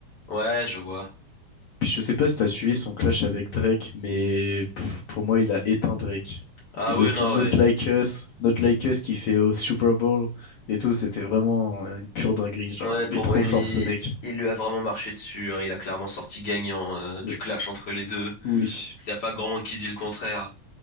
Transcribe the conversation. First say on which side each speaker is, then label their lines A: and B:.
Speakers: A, on the left; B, on the left.
A: Ouais, je vois.
B: puis je sais pas si t'as suivi son clash avec Drake, mais pff, pour moi il a éteint Drake.
A: Ah
B: Et le
A: ouais,
B: son
A: non,
B: Not
A: ouais.
B: Like Us, Not Like Us qu'il fait au Super Bowl et tout, c'était vraiment une pure dinguerie, genre
A: Ouais, pour
B: il est trop
A: moi, il
B: fort
A: est-
B: ce mec.
A: il lui a vraiment marché dessus. hein. Il a clairement sorti gagnant euh, du
B: Euh,
A: clash entre les deux.
B: Oui.
A: Il n'y a pas grand monde qui dit le contraire.